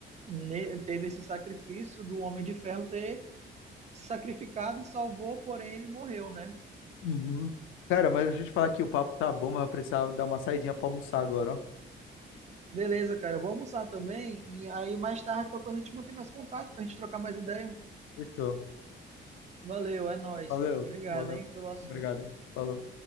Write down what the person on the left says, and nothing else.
uhum. Cara, mas deixa eu te falar que o papo tá bom, mas eu precisava dar uma saidinha pra almoçar agora, ó.
Fechou.
Valeu,
valeu.
Obrigado, hein? Falou.